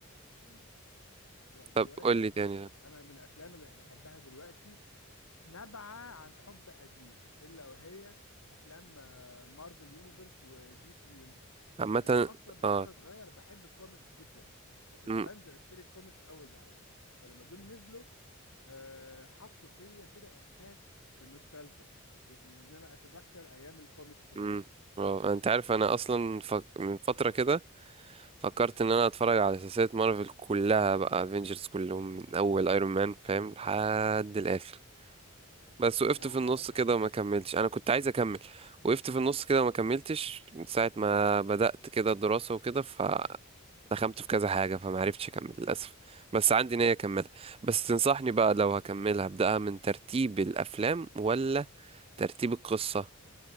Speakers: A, on the left; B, on the right.
A: مم. لا دلوقتي
B: طب قول لي تاني
A: آه، أنا من الأفلام اللي بحبها دلوقتي نبعة عن حب قديم إلا وهي أفلام آه، مارفل يونيفرس ودي سي يونيفرس
B: عامه
A: لأن أنا أصلا من
B: اه
A: وأنا صغير بحب الكوميكس جدا فكنت
B: امم
A: بنزل أشتري الكوميكس أول بأول فلما دول نزلوا آه، حطوا فيا كده إحساس بالنوستالجيا بال- إن أنا أتذكر أيام الكوميكس تاني
B: امم اه انت عارف انا اصلا ف... من فتره كده فكرت ان انا اتفرج على سلسله مارفل كلها بقى افنجرز كلهم من اول ايرون مان فاهم لحد الاخر بس وقفت
A: أنا
B: في
A: عملت
B: النص
A: الحركة
B: كده
A: دي
B: وما كملتش انا كنت عايز اكمل وقفت في النص كده وما كملتش من ساعه ما بدات كده الدراسه وكده فدخلت في كذا حاجه فما عرفتش اكمل للاسف بس عندي نيه اكملها بس تنصحني بقى لو هكملها ابداها من ترتيب الافلام ولا ترتيب القصه